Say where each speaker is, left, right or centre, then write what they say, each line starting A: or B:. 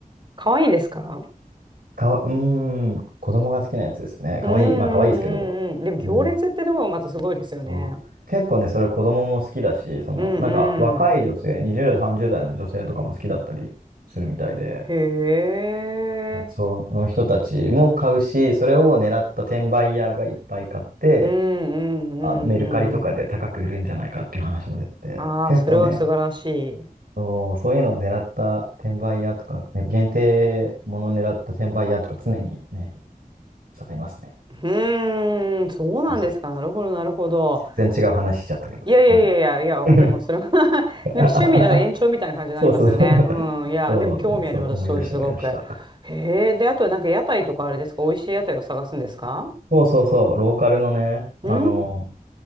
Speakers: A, on the right; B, on the right.
A: かわいいですか
B: かわ、うーん、子供が好きなやつですね。かわいい、
A: うんうんうんうん。
B: まあかわいいですけど。
A: でも行列ってところがまたすごいですよね。
B: うん、そう。結構ね、それ子供も好きだし、その、
A: うん
B: なんか若い女性、
A: うん。
B: 20代、30代の女性とかも好きだったりするみたいで、
A: へえ。
B: あその人たちも買うし、それを狙った転売ヤーがいっぱい買って、
A: うんうんうんうん。
B: あの、メルカリとかで高く売るんじゃないかっていう話も出てて、
A: ああ、
B: 結構ね、
A: それは素晴らしい。う
B: そう、そういうのを狙った転売屋とか、ね、限定ものを狙った転売屋とか常にね、盛りますね。
A: ーん、そうなんですか。
B: そうそう。
A: なるほど、なるほど。
B: 全然違う話しちゃったけど。
A: いやいやいやいや、
B: は
A: いや、
B: い。
A: でもそれは <laughs> でも趣味の延長みたいな感じになりますよね。
B: <laughs> そうそうそう。
A: うん、いや、
B: そう、
A: でも興味あります、
B: そう、思い出した思い出した。
A: そういうすごく。へえ、で、あとなんか屋台とかあれですか、美味しい屋台を探すんですか
B: そうそうそう、ローカルのね、
A: うー
B: あの、